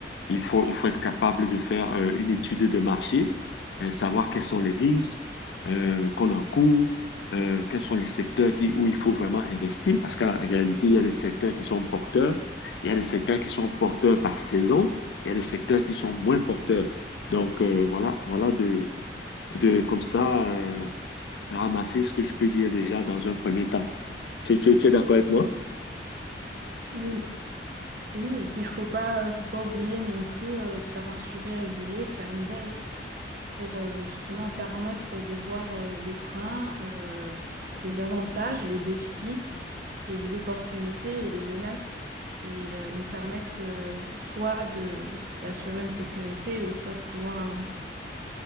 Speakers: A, on the left (about 75°); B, on the right (about 50°).
A: Il faut, il faut être capable de faire euh, une étude de marché, euh, savoir quels sont les risques euh, qu'on encourt, euh, quels sont les secteurs qui, où il faut vraiment investir, parce qu'en réalité, il y a des secteurs qui sont porteurs, il y a des secteurs qui sont porteurs par saison, il y a des secteurs qui sont moins porteurs. Donc euh, voilà, voilà de, de comme ça euh, ramasser ce que je peux dire déjà dans un premier temps. Tu, tu, tu es d'accord avec moi?
B: oui. Oui, et puis il faut pas, euh, faut pas oublier non plus euh, de faire un suivi régulier, de faire une veille pour euh, justement permettre de voir euh, les freins, euh, les avantages, les défis et les opportunités et les menaces qui euh, nous permettent euh, soit de d'assurer une sécurité ou soit de pouvoir avancer.